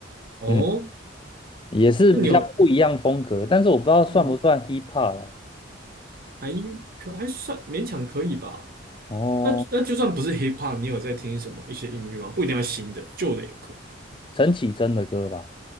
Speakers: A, on the right; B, on the left.
A: 哦，
B: 嗯，也是比较不一样风格，
A: 那你有
B: 但是我不知道算不算
A: 嗯，
B: hip hop 啦。
A: 还可还算勉强可以吧？
B: 哦，
A: 那那就算不是 hip hop，你有在听什么一些音乐吗？不一定要新的，旧的也可以。
B: 陈绮贞的歌吧。